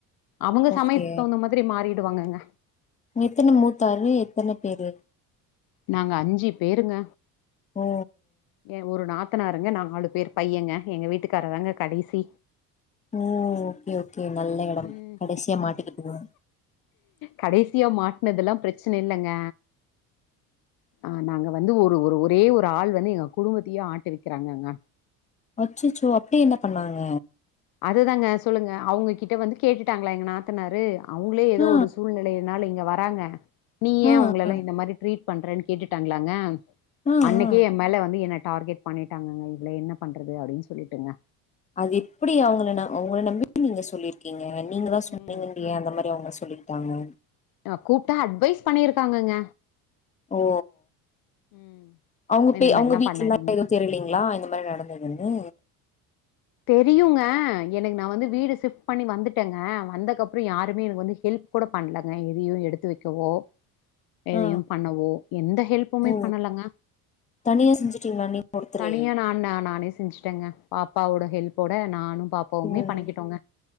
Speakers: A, on the left; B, on the left.
A: அவங்க
B: ஓகே
A: சமயத்துக்கு தகுந்த மாதிரி மாறிடுவாங்கங்க
B: எத்தன மூத்தாரு எத்தன பேரு
A: நாங்க அஞ்சு பேருங்க.
B: ஓ
A: எ ஒரு நாத்தனாருங்க நா நாலு பேரு பையங்க, எங்க வீட்டுக்காரர் தாங்க கடைசி
B: ஓ! ஓகே! ஓகே! நல்ல எடம்
A: ம்
B: கடைசியா மாட்டிகிட்டிங்க
A: கடைசியா மாட்னதுல்லா பிரச்சன இல்லங்க. ஆ நாங்க வந்து ஒரு ஒரு ஒரே ஒரு ஆள் வந்து எங்க குடும்பத்தையே ஆட்டுவிக்கிறாங்கங்க
B: அச்சச்சோ அப்டி என்ன பண்ணாங்க
A: அதுதாங்க சொல்லுங்க அவங்க கிட்ட வந்து கேட்டுட்டாங்களா எங்க நாத்தனாரு அவங்களே ஏதோ
B: ஆ
A: ஒரு சூழ்நிலையினால இங்க வராங்க நீ ஏ
B: ஆ
A: அவங்கள எல்லா
B: ஆ
A: இந்த மாரி ட்ரீட் பண்றன்னு கேட்டுட்டாங்களாங்க
B: ஆ
A: அன்னைக்கே
B: ஆ
A: எ மேல வந்து என்ன டார்கெட் பண்ணிட்டாங்கங்க இவள என்ன பண்றது அப்டின்னு சொல்லிட்டுங்க
B: அது எப்டி அவங்கள நா அவங்கள நம்பி நீங்க சொல்லிருக்கீங்க நீங்க தா சொன்னீங்கன்
A: ம்
B: எ அந்த மாதிரி அவங்க சொல்லிகிட்டாங்க
A: ட கூப்ட்டா அட்வைஸ் பண்ணியிருக்காங்கங்க
B: ஓ
A: ம்
B: அவங்க பே
A: இந்த மாரிலா
B: அவங்க வீட்லலா
A: பண்ணாதீங்க
B: தெரிலீங்களா இந்த மாதிரி நடந்ததுன்னு
A: தெரியுங்க எனக்கு நா வந்து வீடு ஷிஃப்ட் பண்ணி வந்துட்டேங்க வந்தக்கப்றோ யாருமே எனக்கு வந்து ஹெல்ப் கூட பண்ணலங்க எதயு எடுத்து வெக்கவோ எதயு
B: ஆ
A: பண்ணவோ எந்த ஹெல்ப்புமே
B: ஓ
A: பண்ணலங்க
B: தனியா செஞ்சுட்டீங்களா நீங்க ஒருத்தரே
A: தனியா நா நானே செஞ்சுட்டேங்க பாப்பாவோட ஹெல்ப்போட நானு பாப் எப்போமே
B: ம்
A: பண்ணிக்கிட்டோங்க